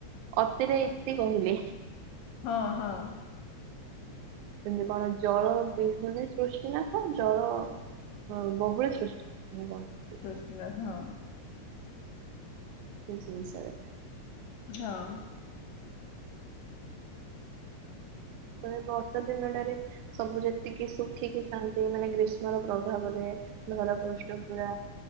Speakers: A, on the right; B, on the left.
A: ଅତିରେ ଇତି କହିଲି।
B: ହଁ ହଁ।
A: ସେମତି କଣ ଜଳ ବିହୂନି ସୃଷ୍ଟି ନାଶ ଜଳ ହଁ ବହୁଳେ ସୃଷ୍ଟି ନାଶ।
B: ସୃଷ୍ଟିନାଥ ହଁ।
A: ଏ ଜିନଷରେ।
B: ହଁ।
A: ତ ବର୍ଷ ଦିନଟାରେ ସବୁ ଯେତିକି ଶୁଖିକି ଥାଆନ୍ତି ମାନେ ଗ୍ରୀଷ୍ମର ପ୍ରଭାବରେ। ଧରା ପୃଷ୍ଠ ପୁରା